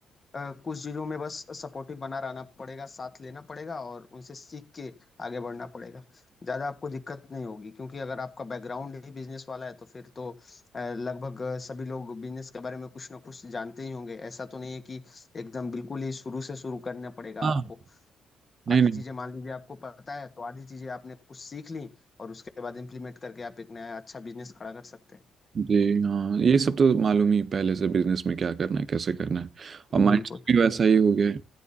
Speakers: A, on the left; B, on the right.
A: अ, कुछ चीज़ों में बस सपोर्टिव बना रहना पड़ेगा साथ लेना पड़ेगा और उनसे सीख के आगे बढ़ना पड़ेगा ज़्यादा आपको दिक्कत नहीं होगी क्योंकि अगर आपका बैकग्राउंड ही बिजनेस वाला है तो फिर तो अ, लगभग सभी लोग बिजनेस के बारे में कुछ ना कुछ जानते ही होंगे ऐसा तो नहीं है कि एकदम बिल्कुल ही शुरू से शुरू करना पड़ेगा
B: हाँ
A: आपको
B: नहीं
A: आधी
B: नहीं
A: चीजें मान लीजिए आपको पता है तो आधी चीजें आपने कुछ सीख ली और उसके बाद इम्प्लीमेंट करके आप एक नया अच्छा बिजनेस खड़ा कर सकते
B: जी हाँ ये सब तो मालूम ही पहले से बिजनेस में क्या करना है कैसे करना है और
A: हैं
B: माइंड
A: बिल्कुल
B: भी वैसा ही हो गया है